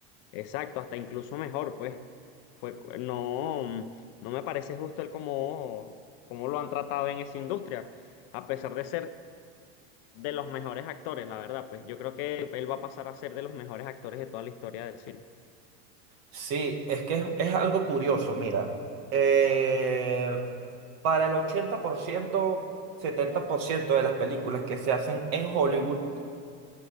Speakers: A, on the left (about 50°); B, on the right (about 50°).
A: exacto, hasta incluso mejor, pues. Fue, cu- no, no me parece justo el cómo, cómo lo han tratado en esa industria a pesar de ser de los mejores actores, la verdad, pues yo creo que él va a pasar a ser de los mejores actores de toda la historia del cine.
B: Sí, es que es, es algo curioso, mira. eh, para el ochenta por ciento, setenta por ciento de las películas que se hacen en Hollywood,